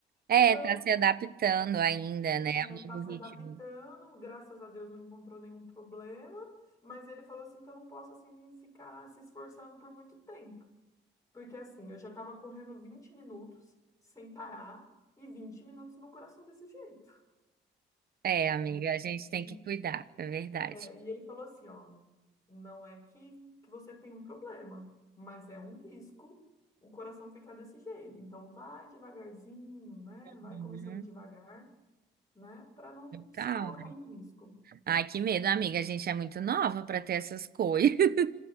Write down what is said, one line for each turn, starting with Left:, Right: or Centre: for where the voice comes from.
Right: é,
Left: Então,
Right: tá
Left: ele
Right: se adaptando ainda, né,
Left: é,
Right: ao novo
Left: tá se
Right: ritmo.
Left: adaptando, graças a Deus não encontrou nenhum problema, mas ele falou assim que eu não posso assim ficar se esforçando por muito tempo. Porque assim, eu já estava correndo 20 minutos sem parar e 20 minutos no coração desse jeito.
Right: É, amiga,
Left: E,
Right: a gente tem
Left: e,
Right: que cuidar, é verdade.
Left: é, e ele falou assim, ó, não é que, que você tem um problema, mas é um risco o coração ficar desse jeito. Então vai devagarzinho, né? Vai
Right: Uhum.
Left: começando devagar, né? Para não se
Right: Calma.
Left: colocar em risco.
Right: Ai, que medo, amiga. A gente é muito nova pra ter essas coisas. <laughs>